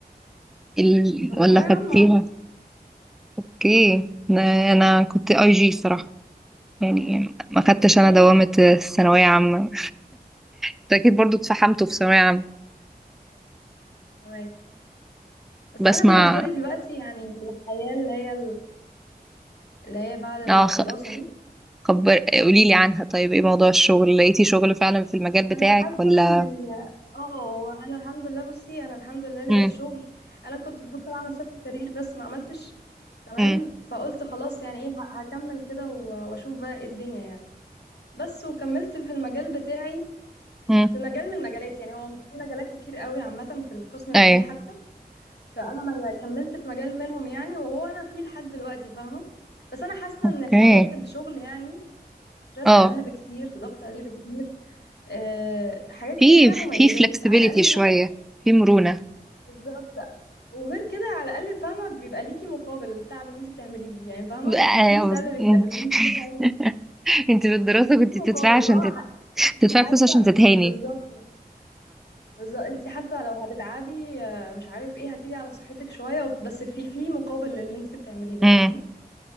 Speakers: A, in the centre; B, on the left (about 85°).
A: إيه ال...
B: كنت
A: ولا
B: ثانويه عامه
A: خدتيها
B: اه
A: اوكي انا أنا كنت اي جي صراحه يعني ما خدتش
B: اوكي
A: انا دوامه الثانويه عامه انت اكيد برضو اتفحمتوا في ثانويه عامه
B: معاكي بس
A: بسمع
B: انا بالنسبه لي دلوقتي يعني الحياه اللي هي اللي هي بعد الدراسه
A: اه خ-
B: دي
A: خبر قولي لي عنها طيب ايه موضوع الشغل لقيتي شغل فعلا في المجال بتاعك
B: لا حاسه
A: ولا
B: ان ال- اه انا الحمد لله بصي انا الحمد لله لقيت
A: امم
B: شغل انا كنت بفكر اعمل شفت كارير بس ما عملتش تمام
A: امم
B: فقلت خلاص يعني ايه ه- هكمل كده و- واشوف بقى ايه الدنيا يعني بس وكملت في المجال بتاعي
A: امم
B: في مجال من المجالات يعني هو في مجالات كتير قوي عامه في القسم بتاعي
A: ايوه
B: حتى فانا ما كملت في مجال منهم يعني وهو انا فيه لحد دلوقتي فاهمه بس انا حاسه
A: اوكي
B: ان الحياه في الشغل يعني ستريس
A: اه
B: اقل بكتير ضغط اقل بكتير آه، حاجات كتير
A: في
B: فيها
A: في
B: مميزات
A: فلكسبيليتي
B: على الاقل
A: شويه
B: مثلا
A: في مرونه
B: بالظبط وغير كده على الاقل فاهمه بيبقى ليكي مقابل التعب اللي انت بتعمليه يعني فاهمه
A: آه،
B: ب- في
A: أوز-
B: سالري
A: أمم.
B: بتاخديه في حاجه
A: <laughs> انت في الدراسه كنت
B: في مقابل
A: بتدفعي عشان
B: فاهمه
A: تت...
B: ح- انت
A: تدفعي
B: حتى
A: فلوس عشان تتهاني
B: بالظبط بالظبط انت حتى لو هتتعبي آه، مش عارف ايه هتيجي على صحتك شويه وت- بس في في مقابل للي انت بتعمليه ده
A: امم
B: فاهمه